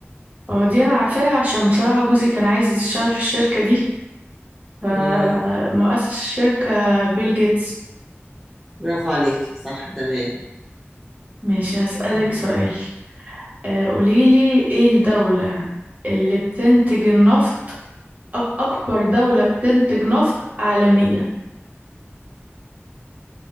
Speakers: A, on the right; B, in the centre.
A: اه دي أنا عارفاها عشان بصراحة جوزي كان عايز يشتغل في الشركة دي فمؤسس
B: مم.
A: الشركة بيل جيتس
B: برافو عليك صح تمام
A: ماشي هسألك
B: مم،
A: سؤال آه، قوليلي ايه الدولة اللي بتنتج النفط أك- أكبر دولة بتنتج نفط عالميا